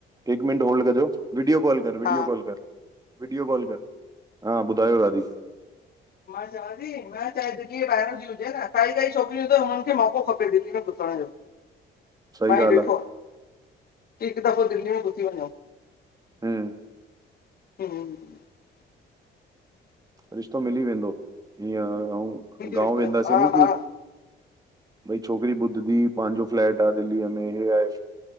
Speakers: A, on the right; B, on the left.
A: हिकु मिंट होल्ड कजो वीडियो कॉल कर वीडियो
B: हा
A: कॉल कर। वीडियो कॉल कर हा ॿुधायो दादी।
B: मां चवां थी मां चाहियां थी दिल्ली जे ॿाहिर जी हुजे न काई छोकिरियूं त हुननि खे मौक़ो खपे <unintelligible> <unintelligible>
A: सही
B: मां ही
A: ॻाल्हि
B: ॾिठो
A: आहे
B: आहे हिकु दफ़ो दिल्ली में <unintelligible> घुसी वञो।
A: हम
B: हम
A: रिश्तो मिली वेंदो हीअं ऐं गांव
B: वेंदो
A: वेंदासीं
B: हा
A: न।
B: हा हा
A: भई छोकिरी ॿुधंदबी पंहिंजो फ्लेट आहे दिल्लीअ में हे आहे।